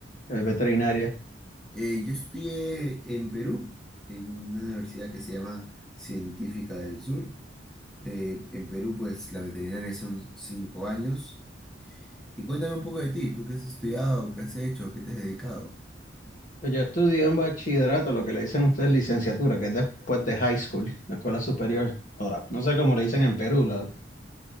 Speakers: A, on the left; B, in the centre.
A: eh, veterinaria?
B: Eh, yo estudié en Perú, en una universidad que se llama Científica del Sur. Eh, en Perú, pues la veterinaria son cinco años. Y cuéntame un poco de ti, ¿tú qué has estudiado, qué has hecho, qué te has dedicado?
A: Pues yo estudié un bachillerato, lo que le dicen ustedes licenciatura, que es después de high school, la escuela superior. o la- No sé cómo le dicen en Perú, la